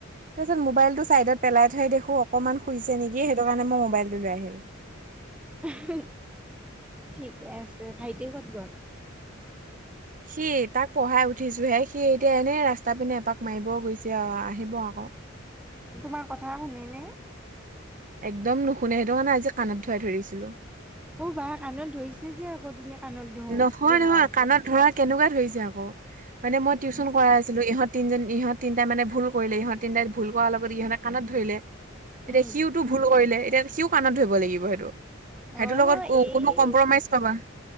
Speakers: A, on the right; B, in the centre.
A: তাৰপিছত মোবাইলটো চাইডত পেলাই থৈ দেখো অকনমান শুইছে নেকি সেইটো কাৰণে মই মোবাইলটো লৈ আহিলো।
B: উমহো ঠিকে আছে ভাইটি ক'ত গল
A: সি তাক পঢ়াই উঠিছোহে সি এতিয়া এনেই ৰাস্তা পিনে এপাক মাৰিব গৈছে আও আহিব আকৌ।
B: তোমাৰ কথা শুনে নে
A: একদম নুশুনে সেইটো কাৰণে আজি কাণত ধৰাই থৈ দিছিলো।
B: অ বা কাণত ধৰিছে যে আকৌ তুমি কাণত ধৰো
A: নহয়
B: ধৰাওতে
A: নহয় কাণত ধৰাই কেনেকুৱা ধৰিছে আকৌ মানে মই টিউচন
B: উম,
A: কৰাই আছিলো ইহত তিনজনী ইহঁত তিনটাই মানে ভুল কৰিলে ইহঁত তিনটাই ভুল কৰাৰ লগত ইহঁতে কাণত ধৰিলে। এতিয়া
B: উম।
A: সিওটো ভুল কৰিলে এতিয়া সিও কাণত ধৰিব লাগিব সেইটো। সেইটোৰ
B: অ'
A: লগত কো
B: এই
A: কোনো কম্প্ৰমাইজ নহয়।